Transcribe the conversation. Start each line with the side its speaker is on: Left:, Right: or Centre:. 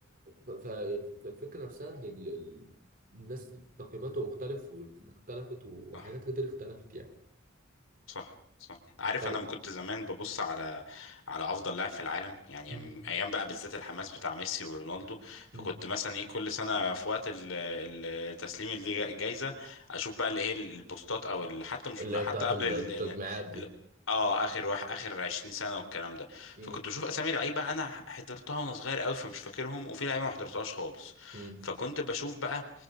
Right: ف... ف... فالفكره نفسها ان ال... ال- الناس تقييماته مختلف واختلفت وحاجات
Left: <laughs> صح.
Right: كتير اختلفت يعني
Left: صح صح عارف
Right: ف...
Left: انا ما كنت زمان ببص على على افضل لاعب في العالم يعني
Right: مم.
Left: ايام بقى بالذات الحماس بتاع ميسي ورونالدو فكنت
Right: مم.
Left: مثلا ايه كل سنه في وقت ال- ال- تسليم الجائزه اشوف بقى اللي هي البوستات او ال- حتى مش
Right: اللي
Left: حتى
Right: هي بتاعت
Left: قبل
Right: التجميعات
Left: ال...
Right: دي
Left: ال- اه اخر واحد اخر 20 سنه والكلام ده
Right: مم.
Left: فكنت بشوف اسامي لعيبه انا حضرتها وانا صغير قوي فمش فاكرهم وفي لعيبه ما حضرتهاش خالص
Right: مم.
Left: فكنت بشوف بقى